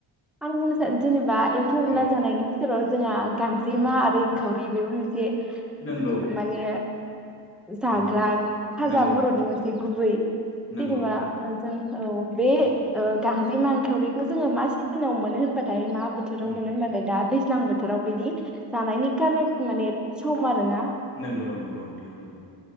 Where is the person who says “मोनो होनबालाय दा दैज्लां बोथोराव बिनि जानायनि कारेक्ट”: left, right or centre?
Centre